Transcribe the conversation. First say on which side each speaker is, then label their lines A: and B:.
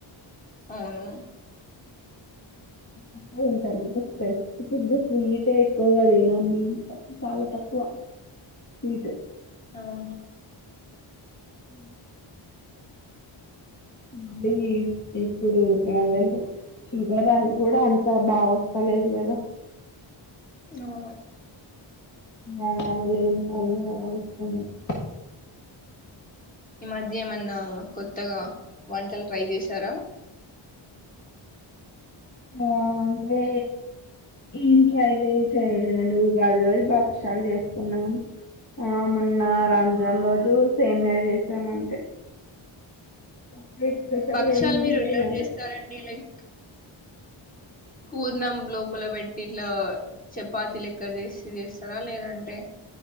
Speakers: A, on the left; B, on the left.
A: అవును
B: అట్లా ఉంటా స్పెసిఫిక్ స్వీటే ఎక్కువగా తిన్నాము చాలా తక్కువ స్వీట్
A: అవు
B: హ మళ్ళీ ఇప్పుడు అదంటే షుగర్ అంత కూడా అంత బాగా వస్తా లేదు కదా
A: ఆ
B: దాని వాళ్ళ లేని పోనీ <unintelligible>
A: ఈ మధ్య ఏమన్నా కొత్తగా వంటలు ట్రై చేశారా
B: ఆ అంటే ఏం ట్రైలు చేయలేదండి ఉగాది రోజు భక్షలు చేసుకున్నాం ఆ మొన్న రంజాన్ రోజు సేమ్యా చేసాం అంతే సపరేట్ స్పెషల్
A: భక్ష్యాలు
B: ఏం
A: మీరు
B: చేయలే
A: ఎలా చేస్తారండి లైక్ పూర్ణం లోపల పెట్టి ఇట్లా చపాతీ లెక్క చేసి చేస్తారా లేదంటే